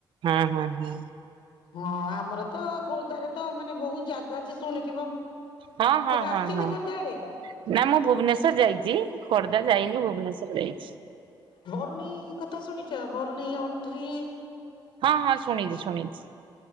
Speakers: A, on the right (about 85°); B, on the left (about 85°).
A: ହଁ ହଁ ହଁ।
B: ହଁ ଆମର ତ ଖୋର୍ଦ୍ଧାରେ ତ ମାନେ ବହୁତ ଜାଗା ଅଛି ଶୁଣିଥିବ।
A: ହଁ
B: କେବେ
A: ହଁ ହଁ
B: ଆସିଛନ୍ତି
A: ହଁ।
B: ଖୋର୍ଦ୍ଧା ଆଡେ
A: ନା ମୁଁ ଭୁବନେଶ୍ୱର ଯାଇଛି ଖୋର୍ଦ୍ଧା ଯାଇନି ଭୁବନେଶ୍ଵର ଯାଇଛି।
B: ବରୁଣେଇ କଥା ଶୁଣିଛ ବରୁଣେଇ ଅଟ୍ରି?
A: ହଁ ହଁ ଶୁଣିଛି ଶୁଣିଛି।